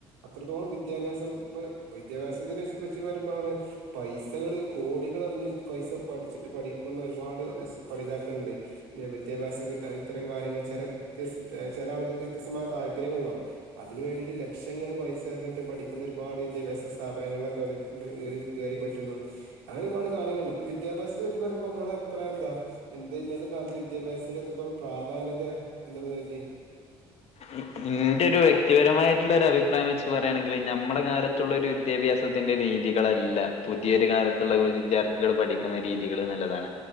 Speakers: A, on the right; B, on the left.
A: അത്രത്തോളം വിദ്യാഭ്യാസം ഇപ്പൊ വിദ്യാഭ്യാസത്തിന് വച്ച് വച്ച് വരുമ്പോഴാണ് പൈസകള് കോടികളറിഞ്ഞ് പൈസ പഠിച്ചിട്ട് പഠിക്കുന്ന ഒരുപാട് എസ് പഠിതാക്കള്ണ്ട് ഞ് വിദ്യാഭ്യാസം കിട്ട ഇത്തരം കാര്യങ്ങൾ ചിലത് ത് ചെലേ ആള്കക്ക് ത്യസ്തമായ താല്പര്യങ്ങളുണ്ടാവും അത് തിന് വേണ്ടീട്ട് ലക്ഷങ്ങള് പൈസയെറിഞ്ഞിട്ട് പഠിക്കുന്ന ഒരുപാട് വിദ്യാഭ്യാസ സ്ഥാപനങ്ങളിലൊക്കെ ഓല് <unintelligible> കേറി പ റ്റുന്നു അങ് ഒരുപാട് കാര്യങ്ങള്ണ്ട് പ്പൊ വിദ്യാഭ്യാസത്തെ പറ്റി പറയ്മ്പോ ങ്ങളെ അഭിപ്രായം എന്താ എന്തേന്നത്തെ കാൽത്ത് വിദ്യാഭ്യാസ്ത്തിന്റെ എത്രത്തോളം പ്രാധാന്യത ന്നുള്ളതിനെറ്റി
B: ഉം ഇന്റെ ഒരു വ്യ ക്തിപരമായിട്ടുള്ള ഒരു അഭിപ്രായം വെച്ച് പറയാണെങ്കിൽ ഞമ്മടെ കാലത്തുള്ള ഒരു വിദ്യാഭ്യാസത്തിന്റെ രീതികളല്ല പുതിയൊരു കാലത്തുള്ള ഓര് വിദ്യാർത്ഥികള് പഠിക്കുന്ന രീതികള് നല്ലതാണ്